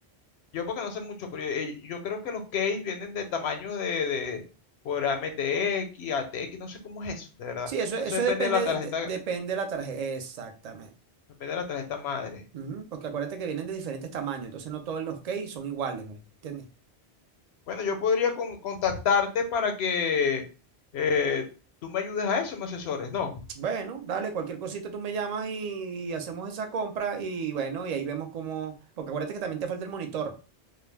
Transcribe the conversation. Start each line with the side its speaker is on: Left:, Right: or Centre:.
Left: Yo porque no sé mucho, pero yo, eh, yo, creo que los keys vienen de tamaño de, de por A, A, M, T, X, A T, X, no sé cómo es eso, de verdad.
Right: Sí, eso, eso
Left: Eso depende
Right: depende,
Left: de la tarjeta,
Right: de- depende de la tarjeta. Exactamente.
Left: depende de la tarjeta madre.
Right: Ujú, Porque acuérdate que vienen de diferentes tamaños, entonces no todos los cakes son iguales, ¿eh? ¿entiendes?
Left: Bueno, yo podría con- contactarte para que eh, tú me ayudes a eso, me asesores. No,
Right: Bueno, dale, cualquier cosita tú me llamas y, y hacemos esa compra y bueno, y ahí vemos cómo, porque acuérdate que también te falta el monitor.